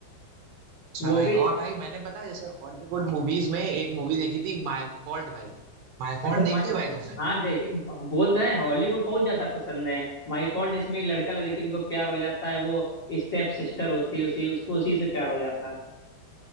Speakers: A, on the right (about 75°); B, on the left (about 60°).
A: अच्छा
B: वो
A: भाई
B: भी
A: और भाई मैंने पता है जैसे हॉलीवुड मूवीज में एक मूवी देखी थी माय फॉल्ट भाई माय फॉल्ट
B: अच्छा मैं
A: देखी है भाई तुमने
B: हाँ देखे बोल रहे हैं हॉलीवुड बहुत ज्यादा पसंद है माई फॉल्ट इसमें एक लड़का लड़की इनको प्यार हो जाता है वो स्टेप सिस्टर होती है उसी उसको उसी से प्यार हो जाता है